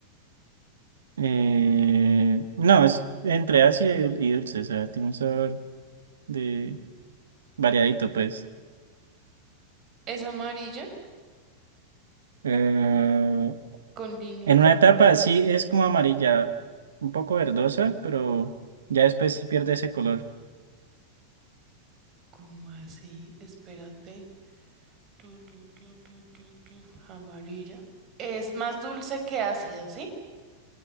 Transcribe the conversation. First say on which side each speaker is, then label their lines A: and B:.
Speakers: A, on the right (about 65°); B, on the right (about 35°).
A: Eh, no, es entre ácido y dul- y dulce, o sea, tiene un sabor de... variadito, pues.
B: Es amarilla
A: Eh,
B: con líneas
A: en una
B: y...
A: etapa
B: ah,
A: sí es como amarilla, un poco verdosa, pero ya después sí pierde ese color.
B: ¿Cómo así? Espérate. Tu, tu, tu, tu, tu, tu, amarilla. Es más dulce que ácida, ¿sí?